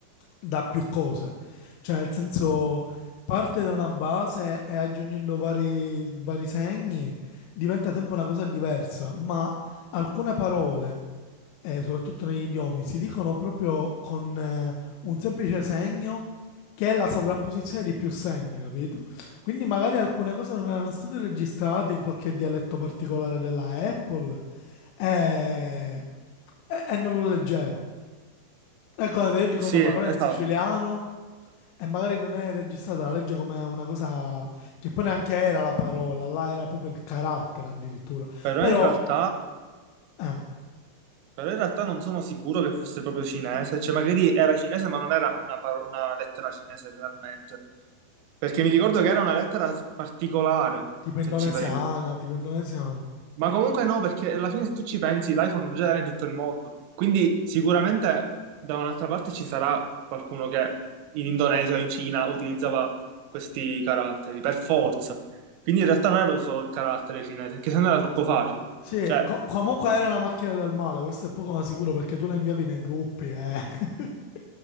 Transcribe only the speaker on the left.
da più cose. Cioè, nel senso, parte da una base e aggiungendo vari, vari segni diventa sempre una cosa diversa, ma alcune parole, eh, soprattutto negli idiomi, si dicono proprio con eh, un semplice segno che è la sovrapposizione di più segni, capito? Quindi magari alcune cose non erano state registrate in qualche dialetto particolare della Apple e, e- e non lo leggeva. Ecco, guarda, io dico
una parola
in siciliano e magari non è registrata la legge come una cosa che poi neanche era la parola, là era proprio il carattere addirittura.
Però,
eh,
tipo
indonesiana,
tipo indonesiana.
Sì,
co- comunque era una macchina del male, questo è poco ma sicuro perché tu la inviavi nei gruppi, eh. <laughs>